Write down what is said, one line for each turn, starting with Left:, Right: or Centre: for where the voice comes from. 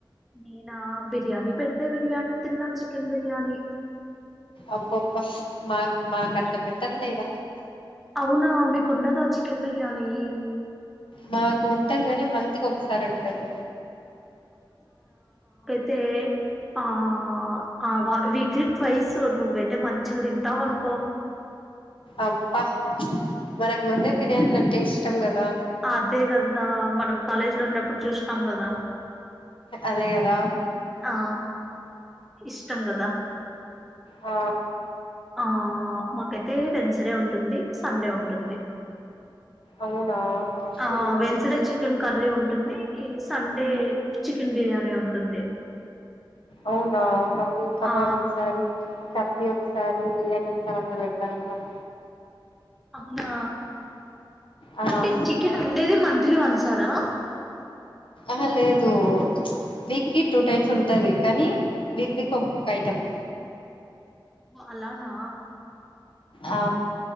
Centre: నేనా బిర్యానీ పెడితే బిర్యానీ తిన్న చికన్ బిర్యానీ
Left: అబ్బబ్బ మాకు మాకు అట్ల పెట్టరులే ఈడ
Centre: అవునా మీకుండదా చికెన్ బిర్యానీ
Left: మాకు ఉంటది కాని మంత్కి ఒకసారి ఉంటది
Centre: త ఆ <unintelligible> <inaudible> ట్వయిస్ నువ్వయితే మంచిగా తింటావనుకో
Left: అబ్బా మనకు ముందే బిర్యానీల అంటే ఇష్టం కదా
Centre: అదే కదా మనం కాలేజ్ లో ఉన్నప్పుడు చూస్త కదా <unintelligible>
Left: అదే కదా
Centre: ఆ ఇష్టం కదా
Left: ఆ
Centre: ఆ మాకైతే వెన్స్డే ఉంటుంది సండే ఉంటుంది
Left: అవునా బెస్ట్
Centre: ఆ
Left: మీకే
Centre: వెన్స్డే చికెన్ కర్రి ఉంటు ఉంటుంది సండే చికెన్ బిర్యానీ ఉంటుంది
Left: అవునా మ కబాబ్
Centre: ఆ
Left: ఒకసారి కర్రీ ఒక సారి బిర్యానీ అట్ల పెడతారనమాట
Centre: అవునా
Left: ఆ
Centre: అంటే చికెన్ ఉండేది మంత్లీ వన్స్ పెడతారా <unintelligible>
Left: ఆ లేదు వీక్కిి టూ టైమ్స్ ఉంటది కానీ వీక్ వీక్ ఒక్కొక్క ఐటమ్
Centre: అలానా
Left: ఆ